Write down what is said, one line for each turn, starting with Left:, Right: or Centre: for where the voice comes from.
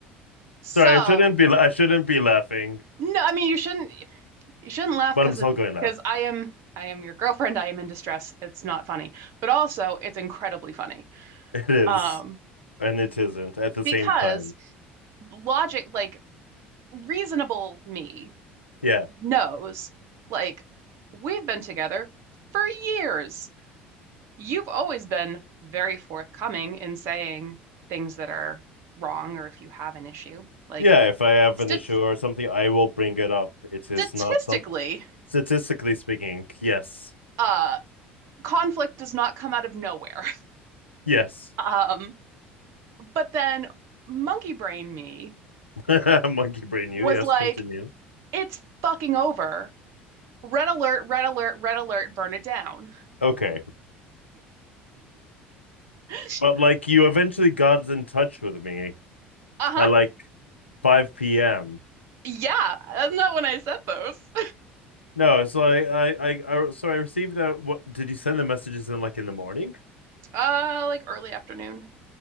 Right: so
Left: I shouldn't be I shouldn't be laughing,
Right: no, I mean you shouldn't you shouldn't laugh
Left: but
Right: 'cause
Left: I'm still
Right: it
Left: going to laugh.
Right: 'cause I am I am your girlfriend, I am in distress. It's not funny. But also it's incredibly funny.
Left: It is,
Right: Um,
Left: and it isn't at the
Right: because
Left: same time.
Right: logic like reasonable me
Left: Yeah.
Right: knows, like, we've been together for years. You've always been very forthcoming in saying things that are wrong or if you have an issue. Like,
Left: Yeah, if I have
Right: st
Left: an issue or something, I will bring it up. It is
Right: statistically,
Left: not some statistically speaking. Yes.
Right: uh, conflict does not come out of nowhere. <laughs>
Left: Yes.
Right: Um, but then monkey brain me
Left: <laughs> Monkey brain you.
Right: was
Left: Yes,
Right: like,
Left: continue.
Right: it's fucking over. Red alert, red alert, red alert, burn it down.
Left: Okay.
Right: <laughs>
Left: But like you eventually got in touch with me
Right: Uh-huh.
Left: at like 5 p.m.
Right: Yeah, that's not when I said those.
Left: No, so I, I, I, I so I received that. What did you send the messages in like in the morning,
Right: Uh, like early afternoon.